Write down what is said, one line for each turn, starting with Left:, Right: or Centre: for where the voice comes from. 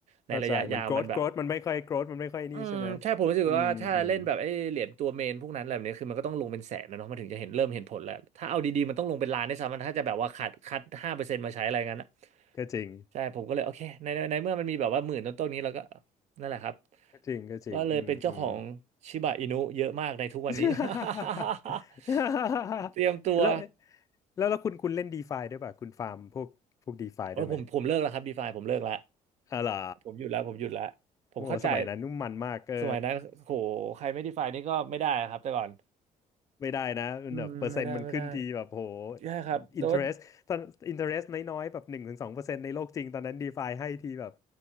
Right: ในระยะยาวมันแบบ
Left: เข้าใจเหมือน growth growth มันไม่ค่อย growth มันไม่ค่อยนี่ใช่ไหม
Right: อืมใช่ผมรู้สึกว่าถ้าเล่นแบบไอ้เหรียญตัวเมนพวกนั้นอะไรแบบนี้คือมันก็ต้องลงเป็นแสนนะเนาะมันถึงจะเห็นเริ่มเห็นผลแล้วถ้าเอาดีๆมันต้องลงเป็นล้านได้วยซ้ำมันถ้าจะแบบว่าคัดคัดห้าเปอร์เซ็นต์มาใช้อะไรงั้นอะ
Left: อืมอืมก็จริง
Right: ใช่ผมก็เลยโอเคในในในเมื่อมันมีแบบว่าหมื่นต้นๆนี้เราก็นั่นแหละครับ
Left: ก็จริงก็จริงอืมอืม
Right: ก็เลยเป็นเจ้าของชิบะอินุเยอะมากในทุกวันนี้
Left: <laughs>
Right: <laughs> เตรียมตัว
Left: แล้วแล้วแล้วคุณคุณเล่นดีฟาด้วยป่ะคุณฟาร์มพวกพวกดีฟาด้วยไหม
Right: โอ้ยผมผมเลิกแล้วครับดีฟาผมเลิกแล้ว
Left: อ๋อเหรอ
Right: ผมหยุดแล้วผมหยุดแล้วผมเข้าใจ
Left: โอ้โหสมัยนั้นนุ่มมันมากเออ
Right: สมัยนั้นโหใครไม่ดีไฟนี่ก็ไม่ได้ครับแต่ก่อน
Left: ไม่ได้นะมันแบบเปอร์เซ็นต์มันขึ้นทีแบบโห
Right: อืมไม่ได้ไม่ได้ใช่ครับแต่ว่า
Left: อินเทอร์เรสตอนอินเทอร์เรสน้อยๆแบบหนึ่งถึงสองเปอร์เซ็นต์ในโลกจริงตอนนั้นดีฟาให้ทีแบบ